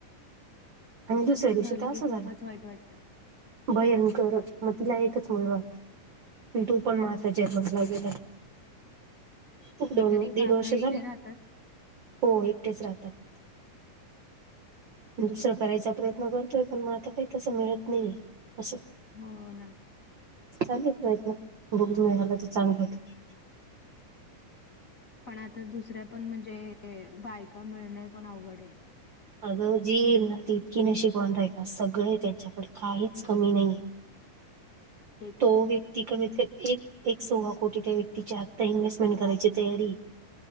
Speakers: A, on the right (about 65°); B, on the left (about 30°).
A: आणि दुसऱ्या
B: तसं
A: दिवशी तर असं
B: की
A: झालं.
B: खूपच वाईट वाटतं.
A: भयंकर मग तिला एकच मुलगा होता तो पण
B: हम्म.
A: मा आता जर्मनीला गेलाय दोन
B: मग तरी काका
A: दीड वर्ष
B: एकटे
A: झाले.
B: राहतात.
A: हो एकटेच राहतात. दुसरं करायचा प्रयत्न करतोय पण म आता काही तसं मिळत नाही असं.
B: हो ना.
A: चालेत प्रयत्न बघ मिळाला तर चांगलं होत.
B: पण आता दुसऱ्या पण म्हणजे बायका मिळनं पण अवघड आहे.
A: अगं जी येईल ना ती इतकी नशीबवान राहिल सगळे आहे त्यांच्याकडे काहीच कमी नाहीये.
B: ह.
A: तो व्यक्ती कमी एक सव्वा कोटी त्या व्यक्तीच्या आत्ता इन्व्हेस्टमेंट करायची तयारी.